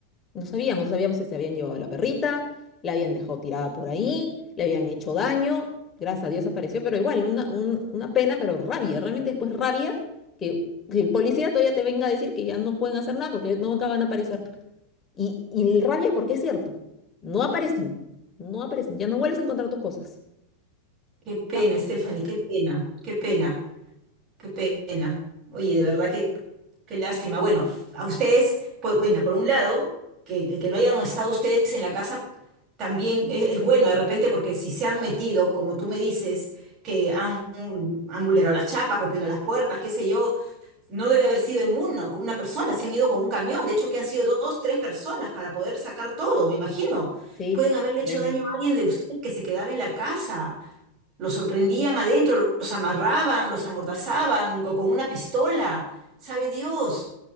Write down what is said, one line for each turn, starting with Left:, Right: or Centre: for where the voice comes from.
Left: no sabíamos, no sabíamos si se habían llevado a la perrita, la habían dejado tirada por ahí, le habían hecho daño. Gracias a Dios apareció, pero igual, una, un- una pena, pero rabia, realmente después rabia que, que el policía todavía te venga a decir que ya no pueden hacer nada porque no acaban a aparecer. Y, y rabia porque es cierto, no aparecen, no aparecen, ya no vuelves a encontrar tus cosas.
Right: Qué pena,
Left: Ah,
Right: Stephanie, qué pena, qué pena. Qué pena. Oye, de verdad que qué lástima. Bueno, a ustedes, por, bueno, por un lado, que el que no hayan estado ustedes en la casa también es, es bueno de repente porque si se han metido, como tú me dices, que han, han vulnerado las chapas, rompiendo las puertas, qué sé yo, no debe haber sido en una con una persona, se han ido con un camión, de hecho que han sido dos, tres personas para poder sacar todo, me imagino.
Left: sí,
Right: Pueden haberle
Left: Damon,
Right: hecho daño a alguien de ustedes que se quedaba en la casa. Los sorprendían adentro, los amarraban, los amordazaban o con una pistola. ¿Sabe Dios?